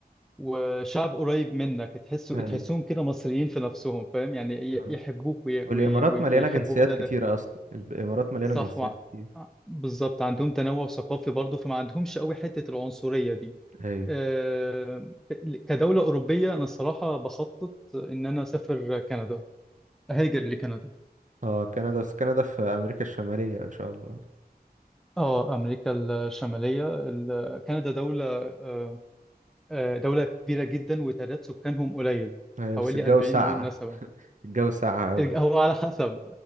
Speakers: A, in the centre; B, on the right.
A: وشعب قريب منك تحسه
B: ايوه
A: تحسهم كده مصريين في نفسهم فاهم يعني ي-
B: آه.
A: يحبوك وي
B: والامارات
A: وي وي
B: مليانة
A: ويحبوا
B: جنسيات
A: بلدك
B: كتيرة اصلا الامارات مليانة
A: صح
B: جنسيات
A: وع-
B: كتير
A: بالظبط عندهم تنوع ثقافي برضو فما عندهمش قوي حتة العنصرية دي
B: ايوه
A: آه، ب- كدولة أوروبية أنا الصراحة بخطط إن أنا أسافر كندا هيجر لكندا
B: اه كندا بس كندا في امريكا الشمالية ان شاء الله
A: اه امريكا الشماليه ال- كندا دوله آه، آه، دوله كبيره جدا وتعداد سكانهم قليل
B: ايوه
A: حوالي
B: بس الجو
A: 40
B: ساقعة
A: مليون نسمه
B: الجو ساقعة اوي
A: الج- هو على حسب